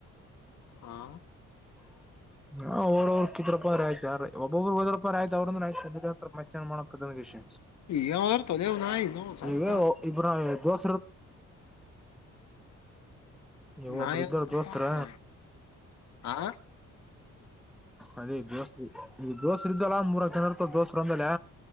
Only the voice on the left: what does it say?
ಹಾ
ಏನಾರ ತೊಲೆವ ನಾಯಿ ನೋ
ಸತ್
ನ
ಅ
ಕತ್ ನ ಆ